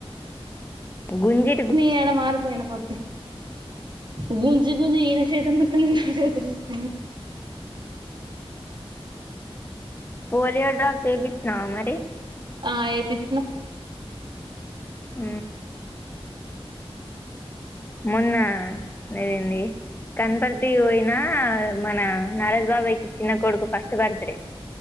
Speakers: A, on the left; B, on the right.
A: గుంజే
B: నేను ఎడ మారిపోయిన పొట్టి గుంజి గుంజి ఇన చేతులు నోతనై నా చేతులు నోతనై
A: పోలియో డ్రాప్స్ ఏ పిచ్చినావా మరి
B: ఆ ఏయిపిచ్చిన
A: అ మొన్న ఏంది కనపర్దియి నా మన నరేష్ బాబాయి చిన్న కొడుకు ఫస్ట్ బర్త్డే